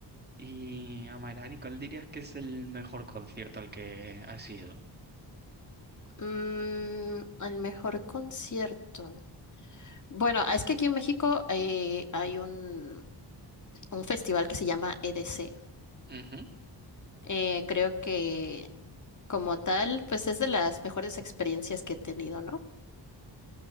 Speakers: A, on the right; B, on the left.
A: Y Amairani, ¿cuál dirías que es el mejor concierto al que has ido?
B: Mm, el mejor concierto. Bueno, es que aquí en México eh, hay un, un festival que se llama EDC.
A: Ujú.
B: Eh, creo que como tal, pues es de las mejores experiencias que he tenido, ¿no?